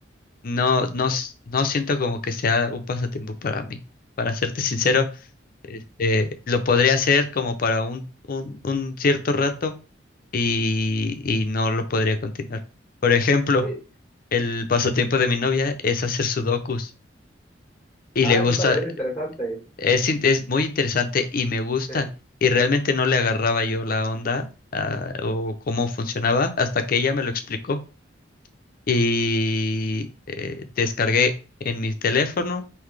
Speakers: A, on the left (about 50°); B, in the centre.
A: no, no, s- no siento como que sea un pasatiempo para mí. Para serte sincero, este, lo podría hacer como para un, un, un cierto rato y, y no lo podría continuar. Por ejemplo,
B: Sí.
A: el pasatiempo de mi novia es hacer sudokus y
B: Ah,
A: le gusta,
B: eso también es interesante.
A: Es, in- es muy interesante y me gusta.
B: Sí,
A: Y realmente no le agarraba yo la onda ah, o cómo funcionaba hasta que ella me lo explicó. Y eh, descargué en mi teléfono